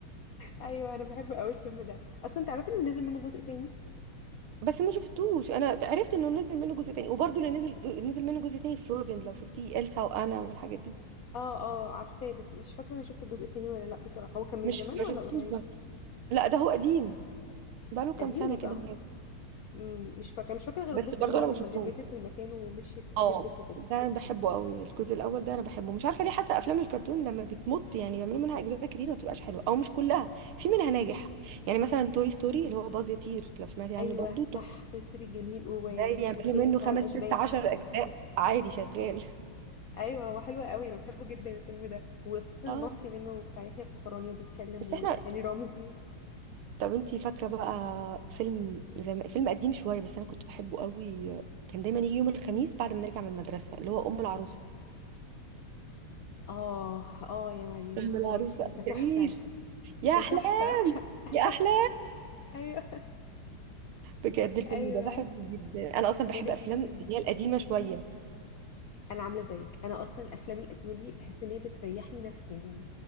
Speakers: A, on the left; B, on the right.
A: ايوه انا بحب قوي الفيلم ده اصلا تعرفي ان نزل منه جزء تاني
B: بس ما شفتوش انا عرفت انه نزل منه جزء تاني وبرضه اللي نزل نزل منه جزء تاني فروزن لو شفتيه إلسا وانا والحاجات دي
A: اه اه عارفاه بس مش فاكره انا شفت الجزء التاني ولا لا بصراحه هو كان من
B: مش
A: زمان
B: ما
A: ولا
B: شفتوش
A: قريب
B: برضه لا ده هو قديم بقاله كام
A: قديم
B: سنه
A: يبقى
B: كده هناك.
A: مم، مش فاكره مش فاكره غير
B: بس
A: الجزء
B: برضه
A: اللي هو
B: انا
A: لما
B: ما شفتوش
A: جمدت المكان ومشيت
B: اه
A: هربت وكده
B: ده انا بحبه قوي الجزء الاول ده انا بحبه مش عارفه ليه حاسه افلام الكرتون لما بتمط يعني بيعملوا منها اجزاء كتير ما بتبقاش حلوه او مش كلها في منها ناجح يعني مثلا توي ستوري اللي هو باز يطير لو سمعتي عنه
A: ايوه
B: برضه
A: صح
B: تو-
A: توي ستوري جميل و...
B: ده يعملوا
A: والتاني
B: منه
A: بتاع
B: خمس
A: الاشباح
B: ست عشر اجزاء عادي شغال
A: ايوه هو حلو قوي انا بحبه جدا الفيلم ده وخصوصا
B: اه
A: المصري منه بتاع يحيى الفخراني وبيتكلم
B: بس
A: وهاني
B: احنا
A: رمزي
B: طب انتي فاكره بقى فيلم زم... فيلم قديم شويه بس انا كنت بحبه قوي كان دايما يجي يوم الخميس بعد ما نرجع من المدرسه اللي هو ام العروسه
A: اه اه يا مريم
B: ام
A: يا خراشي
B: العروسه
A: ده تحفه
B: جميل يا
A: ده
B: احلام
A: تحفه <laughs>
B: يا احلام
A: ايوه
B: بجد الفيلم
A: ايوه
B: ده بحبه جدا انا اصلا
A: وانا
B: بحب افلام
A: جدا
B: اللي هي القديمه شويه
A: انا عامله زيك انا اصلا الافلام القديمه دي بحس ان هي بتريحني نفسيا